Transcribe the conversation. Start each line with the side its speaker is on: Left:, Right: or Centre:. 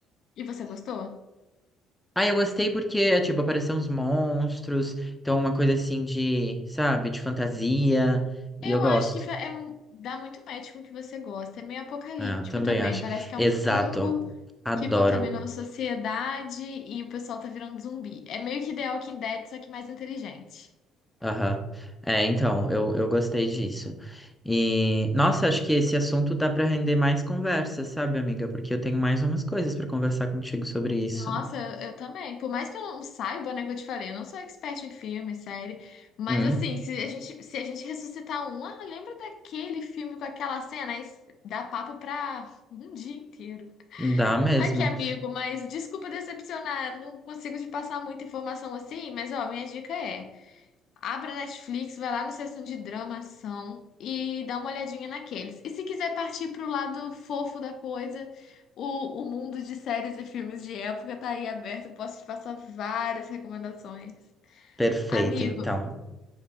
Left: E você gostou?
Centre: Ah, eu gostei porque, é, tipo, apareceram uns monstros, então uma coisa assim de, sabe, de fantasia. E
Left: Eu
Centre: eu gosto.
Left: acho que fa- é, um- dá muito match com o que você gosta. É meio apocalíptico
Centre: É, eu também
Left: também.
Centre: acho.
Left: Parece que é
Centre: Exato.
Left: um fungo
Centre: Adoro.
Left: que contaminou a sociedade e o pessoal tá virando zumbi. É meio que The Walking Dead, só que mais inteligente.
Centre: Aham. É, então, eu, eu gostei disso. E, nossa, acho que esse assunto dá para render mais conversa, sabe, amiga? Porque eu tenho mais umas coisas para conversar contigo sobre isso.
Left: Nossa, eu, eu também. Por mais que eu não saiba, né, que eu te falei, eu não sou expert em filme, série. Mas
Centre: Hum,
Left: assim, se a gente, se a gente ressuscitar um, ah, lembra daquele filme com aquela cena? Aí s- dá papo pra um dia inteiro.
Centre: dá mesmo.
Left: Aqui, amigo, mas desculpa decepcionar, não consigo te passar muita informação assim, mas ó, minha dica é: abre a Netflix, vai lá na seção de drama, ação e dá uma olhadinha naqueles. E se quiser partir pro lado fofo da coisa, o, o mundo de séries e filmes de época tá aí aberto, posso te passar várias recomendações.
Centre: Perfeito,
Left: Amigo,
Centre: então.